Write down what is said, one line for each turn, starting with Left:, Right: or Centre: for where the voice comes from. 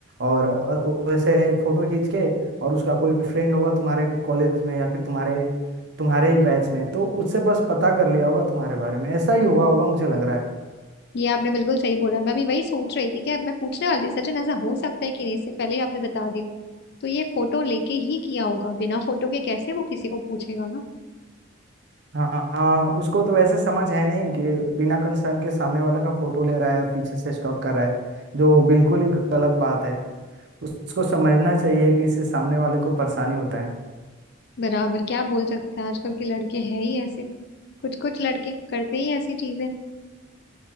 Right: और अ, वैसे फोटो खींच के और उसका कोई फ्रेंड होगा तुम्हारे कॉलेज में या फिर तुम्हारे तुम्हारे ही बैच में तो उससे बस पता कर लिया होगा तुम्हारे बारे में ऐसा ही हुआ होगा मुझे लग रहा है
Left: ये आपने बिल्कुल सही बोला मैं भी वही सोच रही थी कि अब मैं पूछने वाली थी सचिन ऐसा हो सकता है कि नहीं इससे पहले ही आपने बता दिया तो ये फोटो लेके ही किया होगा बिना फोटो के कैसे वो किसी को पूछेगा ना
Right: हाँ हाँ उसको तो वैसे समझ है नहीं कि बिना कंसर्न के सामने वाला का फोटो ले रहा है और पीछे से स्टॉक कर रहा है जो बिल्कुल ही गलत बात है उसको समझना चाहिए कि इससे सामने वाले को परेशानी होता है
Left: बराबर क्या बोल सकते हैं आजकल के लड़के हैं ही ऐसे कुछ कुछ लड़के करते ही ऐसी चीजें